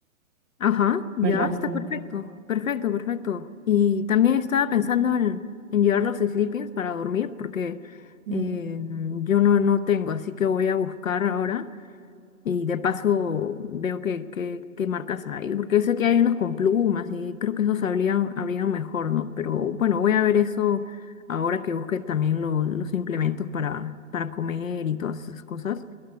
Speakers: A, on the left; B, on the right.
A: Ajá, ya
B: muy rápido.
A: está perfecto. Perfecto, perfecto. Y también estaba pensando en, en llevar los sleepings para dormir porque
B: Mm.
A: eh, yo no, no tengo, así que voy a buscar ahora. Y de paso veo qué que, qué qué marcas hay, porque sé que hay unos con plumas y creo que esos habrían, habrían mejor, ¿no? Pero bueno, voy a ver eso ahora que busque también lo- los implementos para, para comer y todas esas cosas.